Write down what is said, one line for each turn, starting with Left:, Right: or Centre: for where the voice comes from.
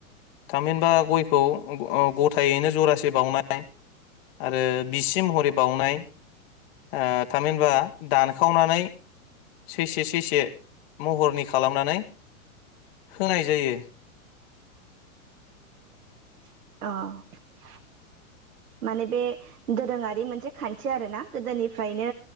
Left: थामहिनबा गयखौ गथायैनो जरासे बावउनाय आरो बिसि महरै बावउनाय ओ थामहिनबा दानखावनानै सैसे सैसे महरनि खालामनानै होनाय जायो।
Right: औ माने बे दोरोङारि मोनसे खान्थि आरो ना गोदोनिफ्रायनो